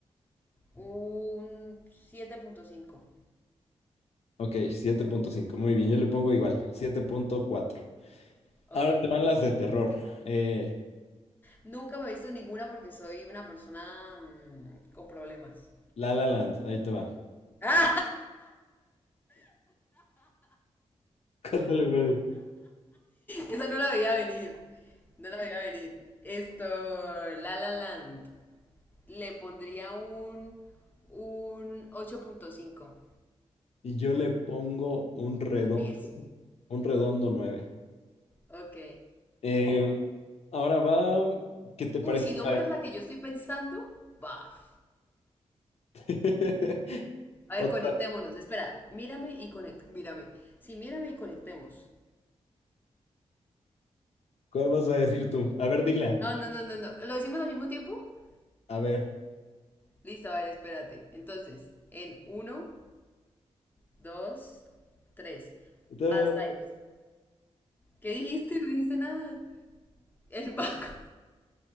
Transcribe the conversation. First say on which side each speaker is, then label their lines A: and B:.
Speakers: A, on the left; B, on the left.
A: Un siete punto cinco.
B: Ok, siete punto cinco, Muy bien, yo le pongo igual, siete punto cuatro.
A: Ok.
B: Ahora te van las de terror. Eh,
A: Nunca me he visto ninguna porque soy una persona mm, con problemas.
B: La La Land, ahí te va.
A: <laughs>
B: <laughs> ¿Cuánto le pones?
A: Esa no la veía venir. No la veía venir. Esto, La La Land. Le pondría un, un ocho punto cinco,
B: Y yo le pongo un redondo,
A: Un 10.
B: un redondo nueve
A: Ok.
B: Eh, ahora va, ¿qué te parece?
A: Uy, si nombras
B: para este?
A: la que yo estoy pensando, baf.
B: <laughs>
A: A
B: Otra,
A: ver, conectémonos. Espera, mírame y conect. Mírame. Sí, mírame y conectemos.
B: ¿cuál vas a decir tú? A ver, dila.
A: No, no, no, no, no. ¿Lo decimos al mismo tiempo?
B: A ver.
A: Listo, a ver, espérate. Entonces, en uno, 2, 3.
B: Otra-
A: Past Lives. ¿Qué dijiste? No dijiste nada. El Baco,